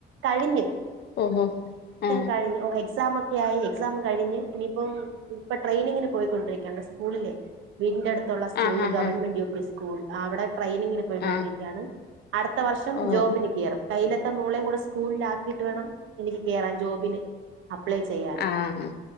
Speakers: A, on the right; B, on the left.
A: കഴിഞ്ഞ്
B: ഹ് ഹ് മം
A: കഴിഞ്ഞു എക്സാം ഒക്കെ ക്കായി എക്സാം കഴിഞ്ഞ് ഇനിയിപ്പം ഇപ്പോ ട്രെയിനിങ്ങിന് പോയിക്കൊണ്ടിരിക്കണ് സ്കൂളിലെ വീടിന്റെ അടുത്ത് ത്ത് സ്കൂളില്
B: ആ ഹാ
A: ഗവൺമെന്റ്
B: ഹാ
A: യു പി സ്കൂൾ അവിടെ ട്രെയിനിങ്ങിന്ന് പൊയ്ക്കൊണ്ടിരിക്കയാണ്
B: ആ
A: അടുത്ത വർഷം
B: ഓ
A: ജോബിന് കേറും കയ്യിലത്തെ മോളേയും കൂടെ സ്കൂളിൽ ആക്കിയിട്ട് വേണം എനിക്ക് കേറാൻ ജോബിന് അപ്ലൈ ചെയ്യാന്
B: ആഹ്